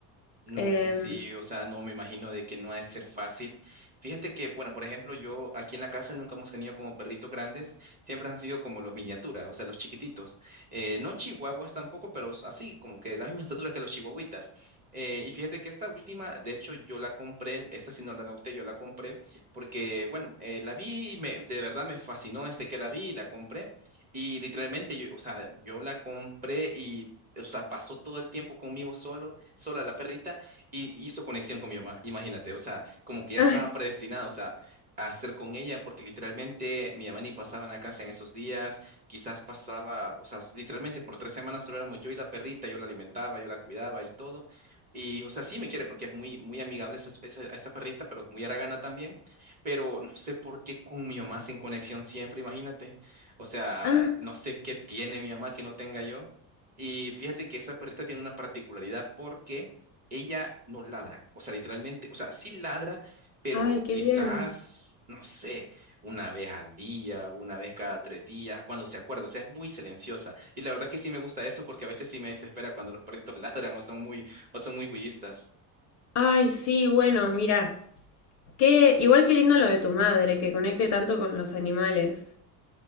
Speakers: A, on the right; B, on the left.
A: No,
B: Em,
A: sí, o sea, no me imagino de que no ha de ser fácil. Fíjate que, bueno, por ejemplo, yo aquí en la casa nunca hemos tenido como perritos grandes, siempre han sido como los miniaturas, o sea, los chiquititos. Eh, no chihuahuas tampoco, pero s- así, como que de la misma estatura que los chihuahuitas. Eh, y fíjate que esta última, de hecho, yo la compré, esta sí no la adopté, yo la compré, porque, bueno, eh, la vi, y me, de verdad me fascinó este que la vi y la compré. Y literalmente, yo, o sea, yo la compré y, o sea, pasó todo el tiempo conmigo solo, sola la perrita y hizo conexión con mi mamá, imagínate, o sea, como que ya
B: ay,
A: estaba predestinado, o sea, a hacer con ella, porque literalmente mi mamá ni pasaba en la casa en esos días, quizás pasaba, o sea, literalmente por tres semanas solo éramos yo y la perrita, yo la alimentaba, yo la cuidaba y todo. Y, o sea, sí me quiere porque es muy, muy amigable esa, esa, esa perrita, pero es muy haragana también. Pero no sé por qué con mi mamá sin conexión siempre, imagínate. O sea,
B: ah,
A: no sé qué tiene mi mamá que no tenga yo. Y fíjate que esa perrita tiene una particularidad porque ella no ladra, o sea, literalmente, o sea, sí ladra, pero
B: ay, qué
A: quizás,
B: bien.
A: no sé, una vez al día, una vez cada tres días, cuando se acuerda, o sea, es muy silenciosa. Y la verdad que sí me gusta eso porque a veces sí me desespera cuando los perritos <laughs> ladran o son muy, o son muy bullistas.
B: Ay, sí, bueno, mira. Que igual que lindo lo de tu madre, que conecte tanto con los animales.